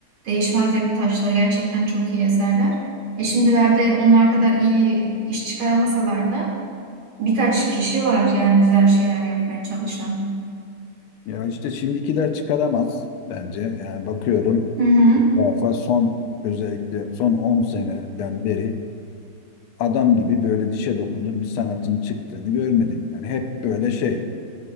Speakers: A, on the right (about 70°); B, on the left (about 80°).
A: değişmez yapı taşları gerçekten çok iyi eserler. E şimdilerde onlar kadar iyi iş çıkaramasalar da birkaç kişi var yani güzel şeyler yapmaya çalışan.
B: ya işte şimdikiler çıkaramaz bence. Yani bakıyorum
A: Hı hı.
B: etrafa son özellikle son 10 seneden beri adam gibi böyle dişe dokunur bir sanatın çıktığını görmedim. Yani hep böyle şey